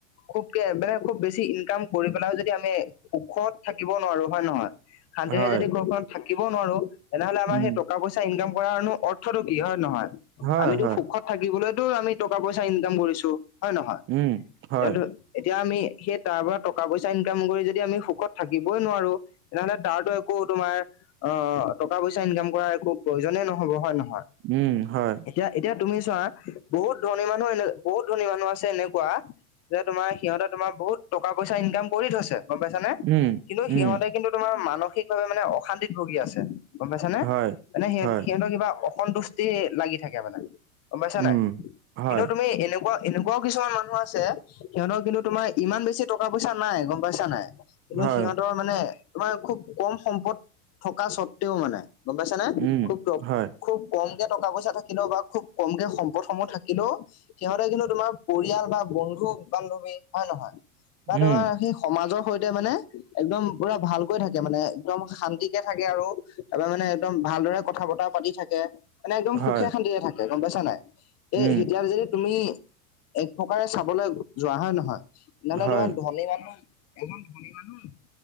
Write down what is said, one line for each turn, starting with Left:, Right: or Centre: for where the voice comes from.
Left: খুব কে মানে খুব বেছি ইনকাম কৰি পেলাইও যদি আমি সুখত থাকিব নোৱাৰো, হয় নহয়? শান্তিৰে
Right: হয়,
Left: যদি ঘৰখনত থাকিব নোৱাৰো তেনেহ'লে আমাৰ
Right: উম,
Left: সেই টকা-পই চা ইনকাম কৰাৰনো অৰ্থটো কি, হয় নহয়?
Right: হয়,
Left: আমিতো
Right: হয়,
Left: সুখত থাকিবলৈটো আমি টকা-পইচা ইনকাম কৰিছো, হয় নহয়?
Right: উম, হয়,
Left: ইয়াটো এতিয়া আমি, সেই তাৰ পৰা টকা-পইচা ইনকাম কৰি যদি আমি সুখত থাকিবই নোৱাৰো তেনেহ'লে তাৰটো একো তোমাৰ অ টকা-পইচা ইনকাম কৰাৰ একো প্ৰয়োজনে নহ'ব, হয় নহয়?
Right: উম, হয়।
Left: এতিয়া এতিয়া তুমি চোৱা। বহুত ধনী মানুহ এনে বহুত ধনী মানুহ আছে এনেকুৱা যোনে তোমাৰ সিহঁতে তোমাৰ বহুত টকা-পইচা ইনকাম কৰি থৈছে। গম পাইছা নে?
Right: উম,
Left: কিন্তু
Right: উম,
Left: সিহঁতে কিন্তু তোমাৰ মানসিকভাৱে মানে অশান্তিত ভুগি আছে। গম পাইছা?
Right: হয়,
Left: মানে সিহঁত
Right: হয়,
Left: সিহঁতৰ কিবা অসন্তুষ্টি লাগি থাকে, মানে গম পাইছা
Right: উম,
Left: নাই?
Right: হয়,
Left: কিন্তু তুমি এনেকুৱা এনেকুৱাও কিছুমান মানুহ আছে সিহঁতৰ কিন্তু তোমাৰ ইমান বেছি টকা-পইচা নাই, গম পাইছা নাই? কিন্তু
Right: হয়,
Left: সিহঁতৰ মানে তোমাৰ খুব কম সম্পদ থকা স্বত্বেও মানে গম পাইছা নে?
Right: উম,
Left: খুব দ
Right: হয়,
Left: খুব কমকে টকা-পইচা থাকিলেও বা খুব কমকে সম্পদসমূহ থা কিলেও সিহঁতে কিন্তু তোমাৰ পৰিয়াল বা বন্ধু বান্ধৱী, হয় নহয়? বা
Right: উম,
Left: তোমাৰ সেই সমাজৰ সৈতে মানে একদম পুৰা ভালকৈ থাকে মানে একদম শান্তিকে থাকে আৰু তাৰপৰা মানে একদম ভালদৰে কথা-বতৰা পাতি থাকে। মানে একদম
Right: হয়,
Left: সুখে শান্তিৰে থাকে, গম পাইছা নাই?
Right: উম,
Left: এই এতিয়া যদি তুমি এক প্ৰকাৰে চাবলৈ যোৱা, হয় নহয়? নহ'লে
Right: হয়।
Left: তোমাৰ ধনী মানুহ ইমান ধনী মানুহ